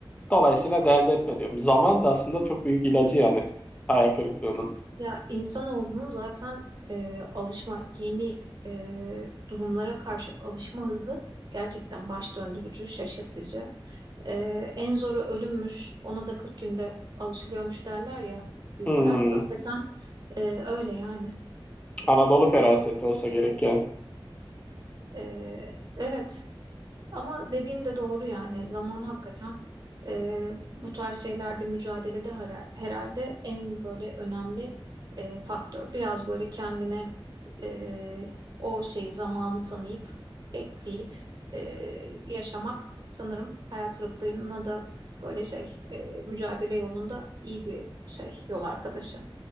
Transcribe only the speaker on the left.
Dolayısıyla dert etme diyorum. Zaman da aslında çok büyük ilacı yani hayal kırıklığının.
Hmm,
Anadolu feraseti olsa gerek yani.